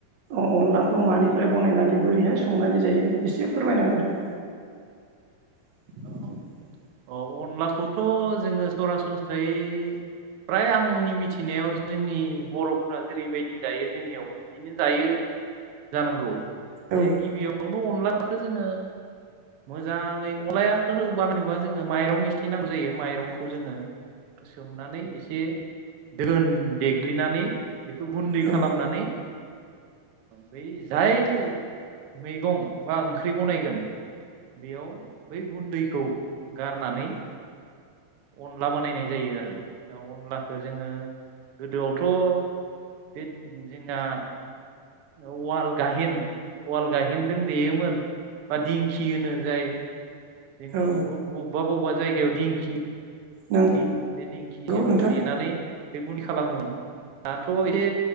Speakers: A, on the right; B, on the right.
A: अनलाखौ मानिफ्राय बनायनानै बोरैहाय संनानै जायो एसे फोरमायना होदो? <inaudible> <inaudible>
B: अ अ अनलाखौथ' जोङो सरासनस्रायै फ्राय आंनि मिथिनायाव जोंनि बर'फोरा जेरैबायदि जायो जोंनियावबो बिदिनो जायो। जानांगौ जे
A: औ
B: गिबियावनो अनलाखौ जोङो मोजाङै अनलायाखो बानायोबा जोङो माइरं इसे नांगौ जायो माइरंखौ जोङो सोमनानै एसे दोन देग्लिनानै बेखौ गुन्दै
A: औ
B: खालामनानै बै जाय मैगं बा ओंख्रि बनायगोन। बेयाव बै गुन्दैखौ गारनानै अनला बानायनाय जायो आरो अनलाखौ जोङो गोदोआवथ' बे जोंना उवाल गाहेन उवाल गाहेन जों देयोमोन। बा दिंखि होनो जाय जोंनि
A: औ
B: बबेबा बबेबा जायगायाव दिंखि
A: नंगौ
B: दिखिं बे दिंखिजोंबो
A: नोंथां
B: देनानै बे गुनदै खालामोन दाथ' एसे